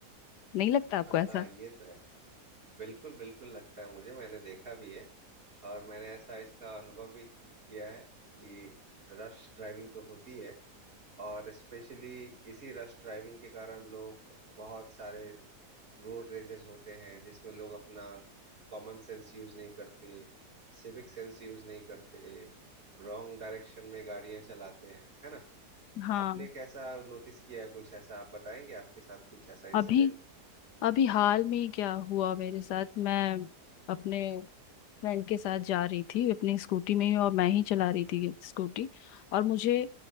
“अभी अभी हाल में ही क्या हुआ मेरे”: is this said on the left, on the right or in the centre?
Left